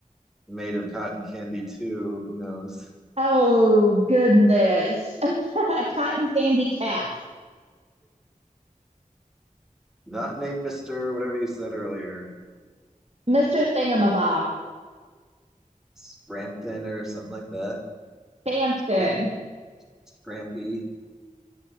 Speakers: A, in the centre; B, on the right.
A: made of cotton candy too. Who knows?
B: Oh, goodness. <laughs> A cotton candy cat.
A: Not named Mister, whatever you said earlier.
B: Mr. Thingamabob.
A: Scrampton or something like that.
B: Spampton.
A: Scramp Scrampy.